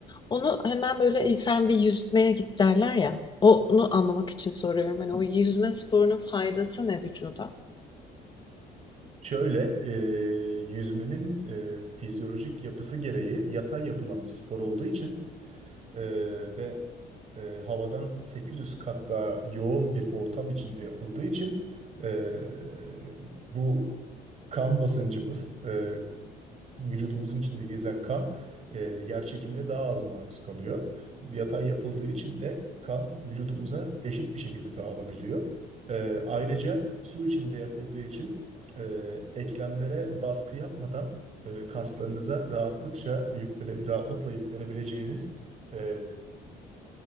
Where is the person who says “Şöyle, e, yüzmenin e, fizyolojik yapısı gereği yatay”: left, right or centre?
Right